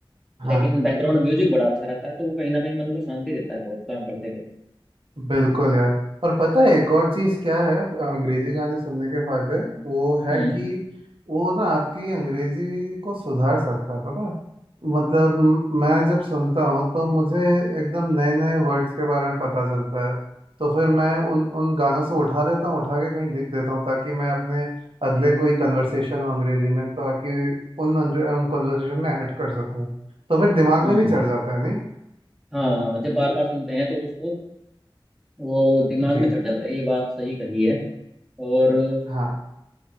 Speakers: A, in the centre; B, on the right.
A: लेकिन
B: हाँ
A: बैकग्राउंड म्यूजिक बड़ा अच्छा रहता है तो वो कहीं ना कहीं मन को शांति देता है बहुत काम करते हुए
B: बिल्कुल यार और पता है एक और चीज़ क्या है अ, अंग्रेजी गाने सुनने के फायदे वो है
A: हम्म
B: कि वो ना आपकी अंग्रेजी को सुधार सकता है पता है मतलब म- मैं जब सुनता हूँ तो मुझे एकदम नए नए वर्ड्स के बारे में पता चलता है तो फिर मैं उन उन गानों से उठा देता हूँ उठा के कहीं लिख देता हूँ ताकि मैं अपने अगले कोई कन्वर्सेशन हो अंग्रेजी में ताकि उन अंग्रे- उन कन्वर्सेशन में ऐड कर सकूँ तो फिर दिमाग
A: हम्म
B: में भी चढ़ जाता है नहीं
A: हाँ जब बार बार सुनते हैं तो उसको वो दिमाग
B: जी
A: में चढ़ जाता है ये बात सही कही है और
B: हाँ